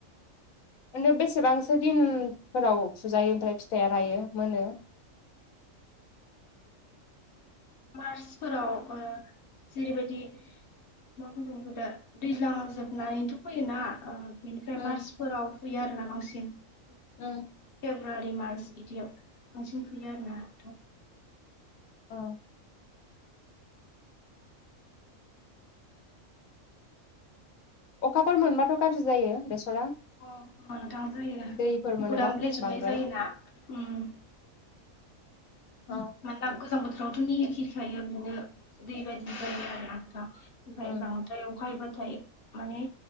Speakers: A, on the left; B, on the left.
A: बिनो बेसेबांसो दिनफोराव फुजायो ओमफ्राय फिथाइया रायो मोनो।
B: मार्चफोराव ओ जेरैबायदि मा बुंगोन बेखौ दा दैज्लां जोबनायैथ' फैयोना ओ। बेनिफ्राय
A: उम
B: मार्चफोराव फुयो आरोना बांसिन फेब्रुवारि
A: उम
B: मार्च। बिदियाव बांसिन फुयो आरो नोंथां।
A: औ। अखाफोर मोनबाथ' गाज्रि जायो बेसरा।
B: अ नोंथां जायो
A: दैफोर मोनोबा
B: बुदामलेे जोबनाय
A: बांद्राय
B: जायोना ओम।
A: अ
B: मानोना गोजां बोथोरावथ' निहिर खिरिखायो बिनो दै बायदि जायो आरोना नोंथां। ओमफाय
A: उम
B: बांद्राय अख हायोबाथ' ओमफ्राय माने